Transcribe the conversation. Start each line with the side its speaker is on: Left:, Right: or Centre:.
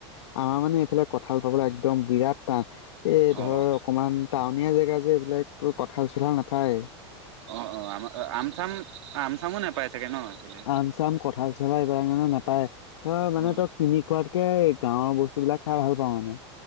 Left: আমাৰ মানে এইফালে কঁঠাল পাবলৈ একদম বিৰাট টান। এই ধৰ
Right: অ
Left: অকমান টাউনীয়া জেগা যে এইবিলাকো কঁঠাল চোঠাল নাপায়ে।
Right: অ অ আম আম চাম আম চামো নোপায় চাগে ন। সেইফালে
Left: আম চাম কঁঠাল চলা এইবাৰ কাৰণে নাপায় ত মানে
Right: অ
Left: তই কিনি খোৱাত তাকে গাঁৱৰ বস্তু বিলাক খাই ভাল পাওঁ মানে।